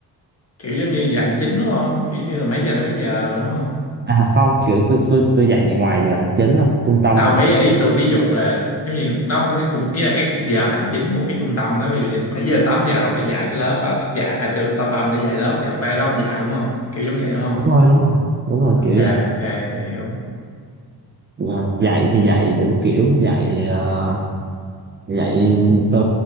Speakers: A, on the left (about 35°); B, on the right (about 25°).
A: Kiểu giống như giờ hành chính đúng không? Kiểu giống như là mấy giờ đến mấy giờ rồi đúng không?
B: à không kiểu tôi tôi tôi dạy ngoài giờ hành chính thôi trung tâm
A: À
B: mà
A: mấy ý tôi ví dụ là giống như nó có một cái cùng ý là cái giờ hành chính của cái trung tâm đó ví dụ như 7 giờ đến 8 giờ là ông phải dạy cái lớp á, dạy ở chỗ trung tâm để dạy lớp thì ông phải ở đó ông dạy đúng không? Kiểu giống vậy đúng không?
B: đúng rồi đúng rồi đúng rồi
A: Ok,
B: kiểu dạy
A: ok, tôi hiểu.
B: Mà dạy thì dạy đủ kiểu dạy ờ, dạy từ